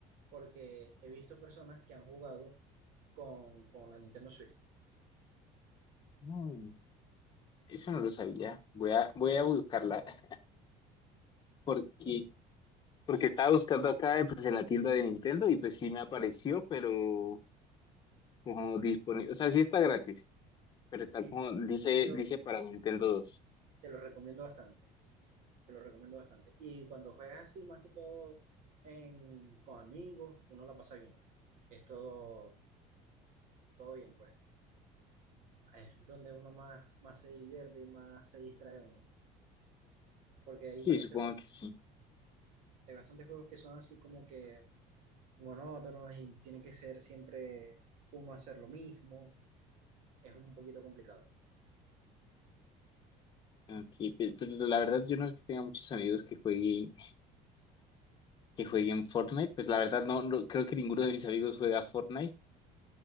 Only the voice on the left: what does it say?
Mm, eso no lo sabía. Voy a, voy a buscarla <laughs> porque Porque estaba buscando acá eh, pues en la tienda de Nintendo y pues sí me apareció, pero como disponible, o sea, sí está gratis, pero está
como,
dice,
dice para Nintendo dos
Sí,
supongo
que sí.
Aquí, pues, pues, la verdad yo no es que tenga muchos amigos que jueguen, que jueguen Fortnite, pues la verdad no, no- creo que ninguno de mis amigos juega Fortnite,